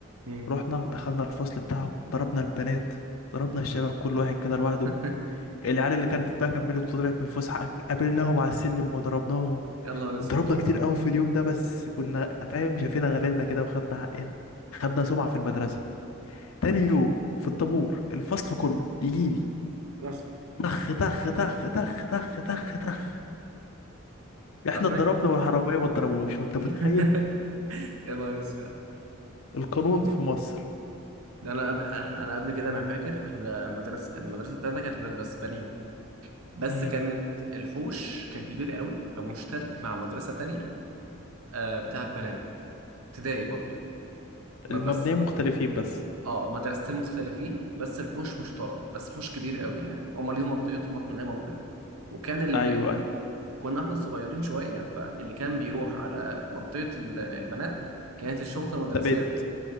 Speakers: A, on the right; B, on the left.
A: مم.
B: رحنا دخلنا الفصل بتاعهم ضربنا البنات ضربنا الشباب كل واحد كده لوحده
A: <laughs>
B: العيال اللي كانت بقى كملت وطلعت من الفسحه قابلناهم على السلم وضربناهم
A: يا نهار أسود
B: ضربنا كتير قوي في اليوم ده بس كنا فاهم شايفينها غليلنا كده وخدنا حقنا خدنا سمعه في المدرسه تاني يوم في الطابور الفصل كله يجيلي
A: بس
B: تخ تخ تخ تخ تخ تخ تخ احنا
A: عارفك
B: اتضربنا والحراميه ما اتضربوش انت متخيل
A: <laughs> يا نهار أسود
B: القانون في مصر
A: ده أنا قبل إحنا- أنا قبل كده أنا فاكر إحنا مدرسة المدرسة بتاعتنا كانت ولاد بس بنين بس
B: امم
A: كانت الحوش كان كبير قوي فمشترك مع مدرسة تانية آه، بتاعت بنات ابتدائي برضه بس
B: المبنيين مختلفين بس
A: اه مدرستين مختلفين بس الحوش مشترك بس حوش كبير قوي يعني هما ليهم منطقتهم واحنا لينا منطقتنا وكان ال...
B: ايوه ايوه
A: وكنا احنا صغيرين شويه فاللي كان بيروح على منطقه ال- البنات كانت الشرطه المدرسيه
B: ثابت